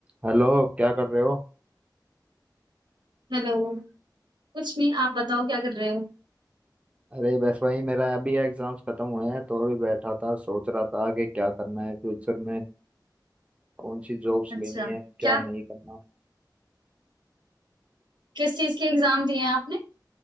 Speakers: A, on the right; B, on the right.
A: Hello क्या कर रहे हो
B: Hello कुछ नहीं आप बताओ क्या कर रहे हो
A: अरे बस भाई मेरा अभी एग्जाम्स खत्म हुए हैं तो अभी बैठा था सोच रहा था आगे क्या करना है फ्यूचर में कौन सी जॉब्स
B: अच्छा
A: लेनी है क्या
B: क्या
A: नहीं करना
B: किस चीज के एग्जाम दिए हैं आपने